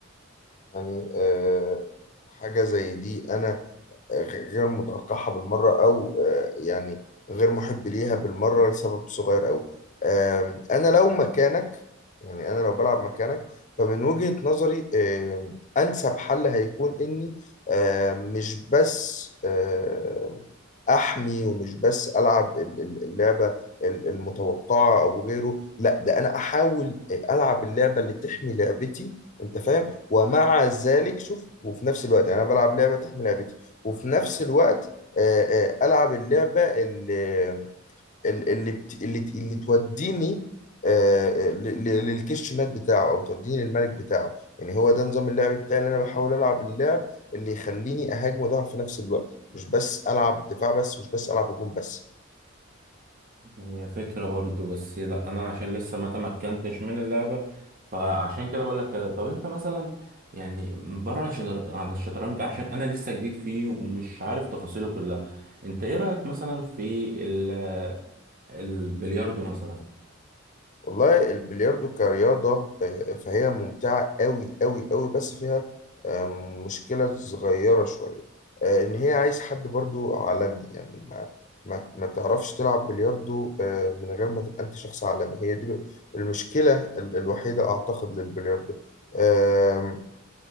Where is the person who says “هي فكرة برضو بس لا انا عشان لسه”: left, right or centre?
Right